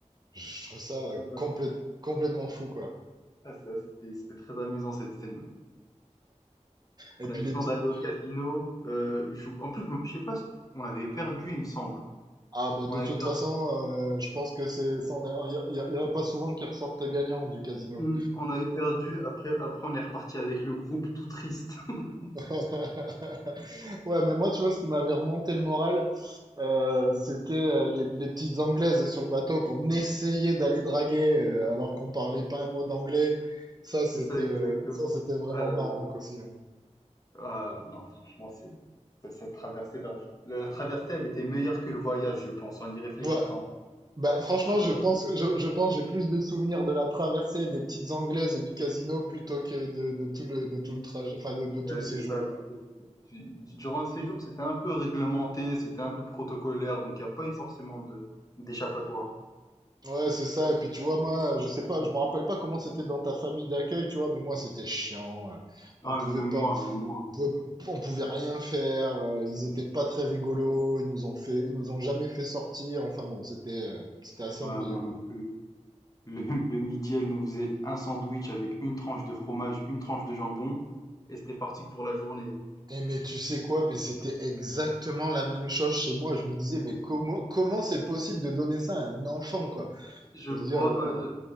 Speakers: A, on the right; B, on the left.
A: Je, je trouve ça
B: Ah,
A: euh, complète- complètement fou quoi.
B: Ah, ça, c'était c'était très amusant cette scène.
A: Et puis
B: On avait
A: les
B: le
A: petites...
B: d'aller au casino. Euh, je- En plus, je sais pas, si, on avait perdu, il me semble.
A: Ah ben de
B: On avait
A: toute
B: perdu,
A: façon, euh, je pense que c'est... ça, on est- Il n'y a, il y a pas souvent qui ressortent gagnants du casino.
B: hmm, on avait perdu. Après, après, on est reparti avec le groupe tout triste. <laughs>
A: <laughs> Ouais, mais moi, tu vois, ce qui m'avait remonté le moral, Euh, c'était euh, les, les petites anglaises sur le bateau qu'on essayait d'aller draguer euh, alors qu'on parlait pas un mot d'anglais. Ça,
B: C'est
A: c'était
B: ça, exactement.
A: euh, ça, c'était vraiment
B: Ah là
A: marrant
B: là.
A: quoi, aussi. ouais.
B: Ah, non, franchement, c'est ça- cette traversée. vers- La traversée, elle était meilleure que le voyage, je pense, en y réfléchissant.
A: Ouais, bah, franchement,
B: En
A: je
B: y ré-
A: pense, je, je pense, j'ai plus de souvenirs de la traversée des petites anglaises et du casino plutôt que de, de tout le, de tout le trajet, enfin de, de tout
B: Ouais,
A: le
B: c'est
A: séjour,
B: ça.
A: quoi.
B: Du- du- Durant le séjour, c'était un peu réglementé, c'était un peu protocolaire, donc il n'y a pas eu forcément de d'échappatoire.
A: Ouais, c'est ça. Et puis tu vois, moi, je sais pas, je me rappelle pas comment c'était dans ta famille d'accueil, tu vois, mais moi, c'était chiant. euh, On
B: Ah,
A: pouvait
B: mais même
A: pas,
B: moi, même moi.
A: pouvait- on pouvait rien faire, euh, ils étaient pas très rigolos, ils nous ont fait, ils nous ont jamais fait sortir, enfin bon, c'était euh, c'était assez
B: Ouais,
A: ennuyeux
B: moi
A: quoi.
B: non plus. Le, le midi, elle nous faisait un sandwich avec une tranche de fromage, une tranche de jambon, et c'était parti pour la journée.
A: Et mais tu sais quoi, mais c'était exactement la même chose chez moi. Je me disais, mais comment comment c'est possible de donner ça à un enfant quoi?
B: Je
A: Je
B: crois,
A: veux dire, euh,
B: euh,